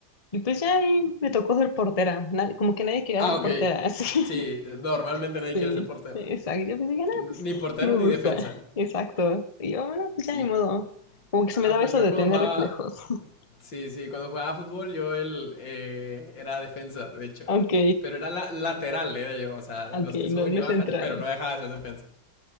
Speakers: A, on the left (about 25°); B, on the left (about 85°).
A: Y pues ya ahí me tocó ser portera, Nad- como que nadie quería
B: Ah,
A: ser
B: ok.
A: portera, <laughs> así.
B: Sí, normalmente
A: Sí,
B: nadie quiere ser portero.
A: exacto. Yo pues dije, no,
B: Ni
A: pues
B: portero
A: me
B: ni
A: gusta.
B: defensa.
A: Exacto. Y yo, bueno, pues
B: Sí.
A: ya ni modo. Como que se
B: Ah,
A: me daba
B: pues
A: eso
B: yo
A: de
B: cuando
A: tener
B: jugaba
A: reflejos. <laughs>
B: Sí, sí, cuando jugaba fútbol yo él eh, era defensa, de hecho.
A: Ok,
B: Pero era la, lateral, era yo, o sea,
A: <laughs>
B: de
A: ok,
B: los que suben
A: no, no
B: y bajan,
A: es central.
B: pero no dejaba de ser defensa.